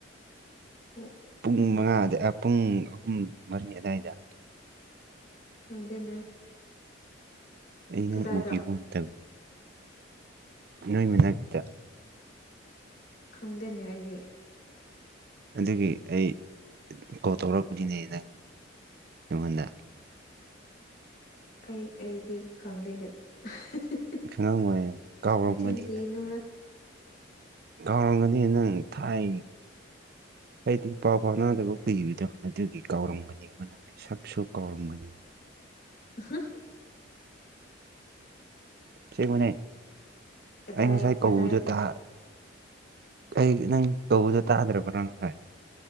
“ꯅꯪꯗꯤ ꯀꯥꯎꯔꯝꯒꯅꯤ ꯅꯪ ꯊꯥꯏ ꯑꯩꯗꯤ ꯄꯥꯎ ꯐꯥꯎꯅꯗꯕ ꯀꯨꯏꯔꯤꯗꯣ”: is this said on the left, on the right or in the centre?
Right